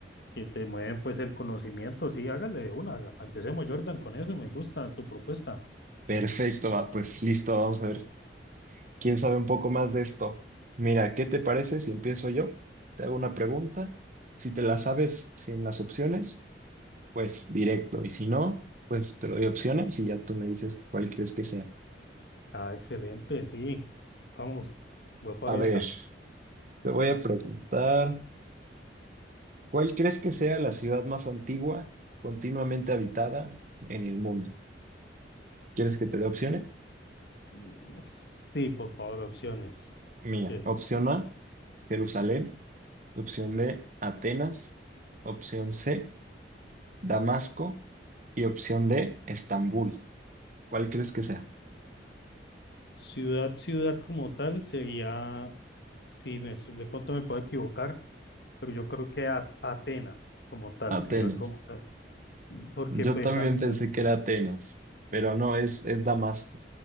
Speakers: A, on the left; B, on the right.
A: que te mueven pues el conocimiento. Sí, hágale de una. haga- Empecemos, Jordan, con eso. Me gusta tu propuesta.
B: Perfecto, va, pues listo, vamos a ver quién sabe un poco más de esto. Mira, ¿qué te parece si empiezo yo? Te hago una pregunta. Si te la sabes sin las opciones, pues directo. Y si no, pues te doy opciones y ya tú me dices cuál crees que sea.
A: Ah, excelente, sí. Vamos, voy por
B: A
A: esa.
B: ver, te voy a preguntar. ¿Cuál crees que sea la ciudad más antigua continuamente habitada en el mundo? ¿Quieres que te dé opciones?
A: Mm, Sí, por favor, opciones.
B: Mira,
A: Que es
B: opción A, Jerusalén, opción B, Atenas, opción C, Damasco y opción D, Estambul. ¿Cuál crees que sea?
A: Ciudad, ciudad como tal sería, sí, me, su- de pronto me puedo equivocar, pero yo creo que A- Atenas como tal,
B: Atenas.
A: ciudad como tal. Porque
B: Yo
A: pues
B: también
A: Santiago,
B: pensé que era Atenas, pero no, es, es Damasco.